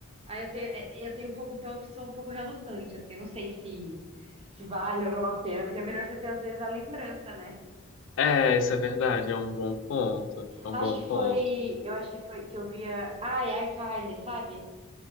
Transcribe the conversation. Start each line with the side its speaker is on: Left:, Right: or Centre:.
Right: Aí eu tenho, é, eu tenho um pouco, então eu sou um pouco relutante, assim, eu não sei se, se vale ou não a pena, porque é melhor você ter, às vezes, a lembrança, né?
Left: É, isso é verdade, é um bom ponto. É um
Right: Acho
Left: bom
Right: que
Left: ponto.
Right: foi. Eu acho que foi que eu via. Ai, ai, Carly, sabe?